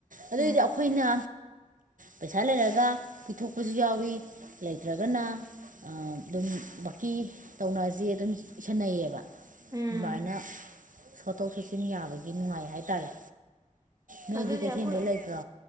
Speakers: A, on the right (about 80°); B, on the right (about 25°).
A: ꯑꯗꯨꯑꯣꯏꯗꯤ
B: ꯎꯝ
A: ꯑꯩꯈꯣꯏꯅ ꯄꯩꯁꯥ ꯂꯩꯔꯒ ꯄꯤꯊꯣꯛꯄꯁꯨ ꯌꯥꯎꯋꯤ ꯂꯩꯇ꯭ꯔꯒꯅ ꯑꯗꯨꯝ ꯕꯀꯤ ꯇꯧꯅꯔꯁꯦ ꯑꯗꯨꯝ ꯏꯁꯟꯅꯩꯌꯦꯕ
B: ꯎꯝ
A: ꯑꯗꯨꯃꯥꯏꯅ ꯆꯣꯠꯊꯣꯛ ꯆꯣꯠꯁꯤꯟ ꯌꯥꯕꯒꯤ ꯅꯨꯡꯉꯥꯏ ꯍꯥꯏꯇꯥꯔꯦ ꯅꯣꯏꯗꯤ
B: ꯑꯗꯨꯅꯦ
A: ꯀꯩꯊꯦꯜꯗꯩ
B: ꯑꯩꯈꯣꯏ
A: ꯂꯩꯕ꯭ꯔꯣ